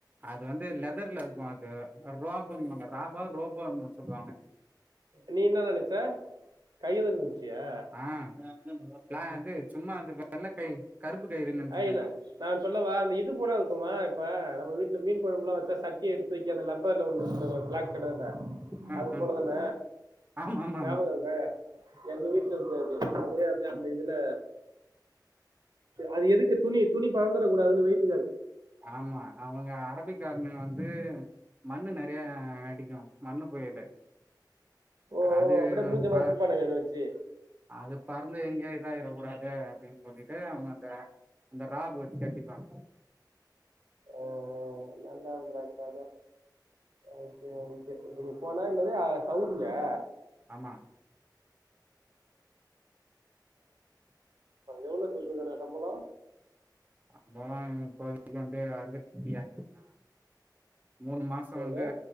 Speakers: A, on the right (about 20°); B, on the right (about 65°).
A: அது வந்து லெதர்ல இருக்கும் அது ரோப்புன்னுவாங்க ராப் பா ரோபோன்னு சொல்லுவாங்க
B: நீ என்ன நெனைச்ச? கை <unintelligible>
A: ஆஹ் ப்ல அது சும்மா இருந்து வெள்ள கை கருப்பு கயிறு நெனச்சிட்டு
B: அஹ் இல்ல
A: இருந்தே
B: நா ஒன்னு சொல்லவா அந்த இது போல இருக்குமா இப்ப நம்ம வீட் இந்த மீன் குழம்புல்லா வச்சா சட்டி எடுத் தூக்கி அந்த லப்பர்ல ஒன்னு இருக்குமே பிளாக் <unintelligible>
A: ஆ
B: அது போலதான
A: ஆ ஆமா ஆமா
B: ஞாபகம்
A: ஆமா
B: இருக்கா எங்க வீட்டுல இருக்கு அது அதே அதே அந்த இதுல அது எதுக்கு துணி துணி பறந் பண்ண கூடாதுனு வெயிட்
A: ஆமா அவங்க அரபிக் காரனுங்க வந்து மண்ணு நெறைய அடிக்கோ மண்ணு புயலு
B: ஓ
A: அது
B: ஓ அப்படியே மூஞ்ச
A: ப
B: மறைச்சுப்பானுங்க அத வச்சு
A: அது பறந்து எங்கேயு இதாயிர கூடாது அப்டின் சொல்லிட்டு அவுங்க அந்த அந்த ராக் வெச்சு கட்டிப்பாங்க
B: அஹ் நல்லா இருக்குடா கத அது அது நீ போன என்னது சௌதியா?
A: ஆமா
B: எவ்ள சொல்லிருக்கானுங்க சம்பளோ
A: சம்பளோ இப்போதைக்கி வந்து அறுபத் <inaudible> மூணு மாசோ
B: எவ்வளோ
A: வந்து